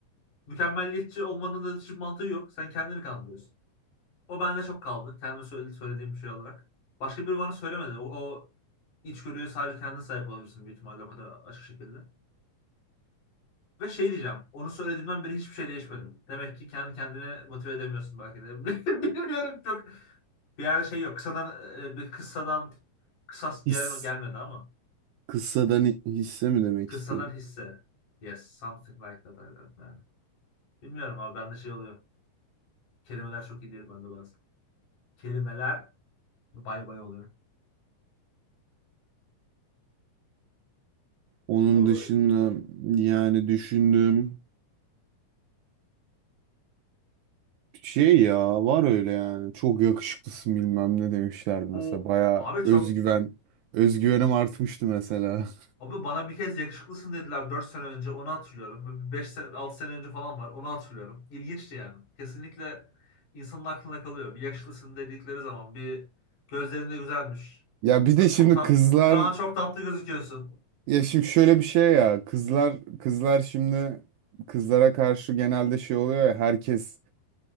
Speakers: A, on the left; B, on the right.
A: Mükemmelliyetçi olmanın da hiçbir mantığı yok. Sen kendini kandırıyorsun. O bende çok kaldı. Kendime söyle- söylediğim bir şey olarak. Başka biri bana söylemedi. O, o içgörüye sadece kendin sahip olabilirsin büyük ihtimalle o kadar açık şekilde. Ve şey diyeceğim. Onu söylediğimden beri hiçbir şey değişmedim. Demek ki kendi kendine motive edemiyorsun belki de. <laughs> Bilmiyorum çok. Bir yerde şey yok. Kısadan e, bir kıssadan kısas
B: His
A: yerime gelmedi ama.
B: kıssadan hisse mi demek
A: Kıssadan
B: istedim?
A: hisse. Yes. Something like that. I don't know. Bilmiyorum abi bende şey oluyor. Kelimeler çok iyi değil bende bazen. Kelimeler bay bay oluyor.
B: Onun
A: Oy.
B: dışında yani düşündüm. Şey ya var öyle yani çok yakışıklısın bilmem ne demişlerdi
A: Bu
B: mesela baya
A: abi
B: özgüven
A: çok
B: özgüvenim artmıştı mesela. <laughs>
A: Abi bana bir kez yakışıklısın dediler 4 sene önce onu hatırlıyorum. beş sene altı sene önce falan var onu hatırlıyorum. İlginçti yani. Kesinlikle insanın aklına kalıyor. Bir yakışıklısın dedikleri zaman bir gözlerinde güzelmiş.
B: Ya bir de
A: Yok
B: şimdi
A: çok tat
B: kızlar
A: şu an çok tatlı gözüküyorsun.
B: ya şimdi şöyle bir şey ya kızlar kızlar şimdi kızlara karşı genelde şey oluyor ya herkes